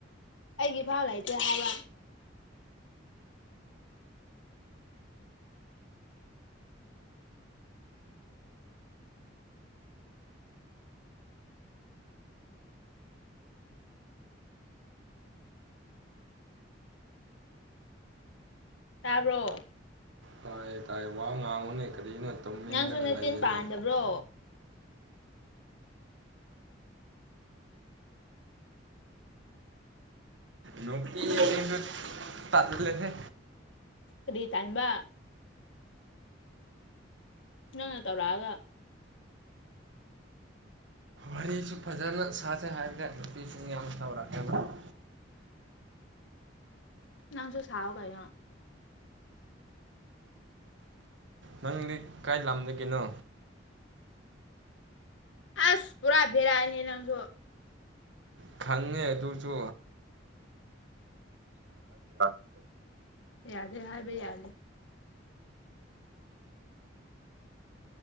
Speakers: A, on the left; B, on the right.
A: ꯑꯩꯒꯤ ꯐꯥꯎ ꯂꯩꯇꯦ ꯍꯥꯏꯕ ꯇꯥꯕ꯭ꯔꯣ
B: ꯇꯥꯏ ꯇꯥꯏ ꯋꯥ ꯉꯥꯡꯉꯨꯅꯤ ꯀꯔꯤꯅꯣ ꯇꯧꯃꯤꯟꯅꯒ
A: ꯅꯪꯁꯨ ꯅꯆꯤꯟ
B: ꯂꯩꯒꯅꯤ
A: ꯄꯥꯟꯗꯕ꯭ꯔꯣ
B: ꯅꯨꯄꯤ ꯑꯅꯤꯗꯣ ꯇꯜꯂꯤꯍꯦ
A: ꯑꯗꯨꯏ ꯇꯟꯕ ꯅꯪꯅ ꯇꯧꯔꯛꯑꯒ
B: ꯋꯥꯔꯤꯁꯨ ꯐꯖꯅ ꯁꯥꯁꯦ ꯍꯥꯏꯕꯅꯦ ꯅꯨꯄꯤꯁꯤꯡ ꯌꯥꯝ ꯇꯧꯔꯛꯑꯦꯕ
A: ꯅꯪꯁꯨ ꯁꯥꯎ ꯀꯩꯅꯣ
B: ꯅꯪꯗꯤ ꯀꯥꯏ ꯂꯝꯗꯒꯤꯅꯣ
A: ꯑꯁ ꯄꯨꯔꯥ ꯕꯦꯔꯥ ꯅꯦꯍꯦ ꯅꯪꯁꯨ
B: ꯈꯪꯉꯦ ꯑꯗꯨꯁꯨ <unintelligible>
A: ꯌꯥꯗꯦ ꯍꯥꯏꯕ ꯌꯥꯗꯦ